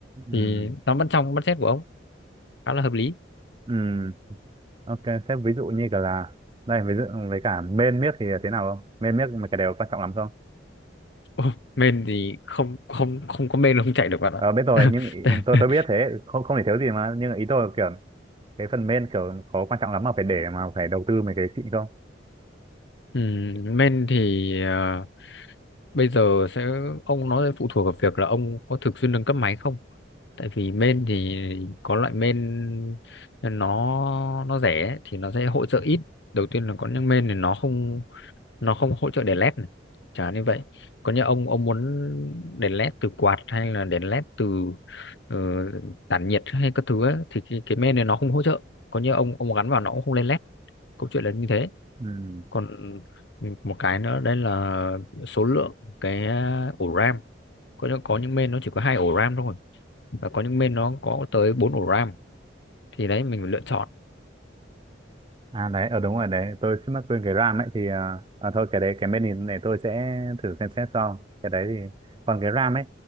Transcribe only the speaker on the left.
thì nó vẫn trong budget của ông khá là hợp lý
Ồ, men thì không không không có men là không chạy được bạn
ạ
<laughs>
Ừm, men thì ờ, bây giờ sẽ ông nói phụ thuộc vào việc là ông có thường xuyên nâng cấp máy không tại vì men thì có loại men nó nó rẻ ấy, thì nó sẽ hỗ trợ ít đầu tiên là có những men thì nó không nó không hỗ trợ đèn led này. chẳng hạn như vậy còn như ông ông muốn đèn led từ quạt hay là đèn led từ ờ, tản nhiệt hay các thứ ấy, thì cái, cái main này nó không hỗ trợ còn như ông ông gắn vào nó cũng không lên led câu chuyện là như thế
còn một cái nữa đây là số lượng cái ổ RAM có những có những main nó chỉ có hai ổ RAM thôi và có những main nó có tới bốn ổ RAM thì đấy mình phải lựa chọn